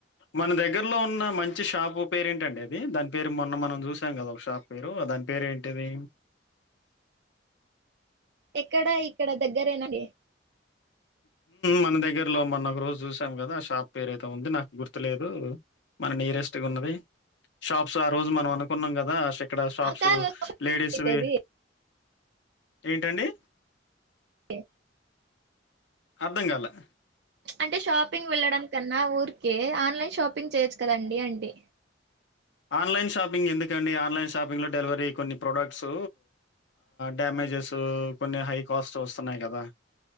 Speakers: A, on the left; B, on the right.
A: మన దగ్గరలో ఉన్న మంచి షాపు పేరేంటండి అది దాని పేరు మొన్న మన మనం చూసాం కదా ఒక షాప్ పేరు దాని పేరు ఏంటిది
B: ఎక్కడా ఇక్కడ దగ్గరైనా అండి
A: మన దగ్గరలో మొన్న ఒక రోజు చూసాం కదా ఆ షాప్ పేరేదో ఉంది నాకు గుర్తులేదు మన నీయరెస్ట్ ఉన్నది షాప్స్ ఆ రోజు మనం అను కున్నాం కదా ఇక్కడ షాప్స్
B: కాదు
A: లేడీస్వి
B: ఈజీ అయితది
A: ఏంటండి
B: కే
A: అర్ధం కాలే
B: అంటే షాపింగ్ వెళ్ళడం కన్నా ఊరికే ఆన్లైన్ షాపింగ్ చేయొచ్చు కదండి అంటి
A: ఆన్లైన్ షాపింగ్ ఎందుకండి ఆన్లైన్ షాపింగ్ లో డెలివరీ కొన్ని ప్రోడక్ట్స్ డ్యామేజ్ కొన్ని హై కాస్ట్ వస్తున్నాయి కదా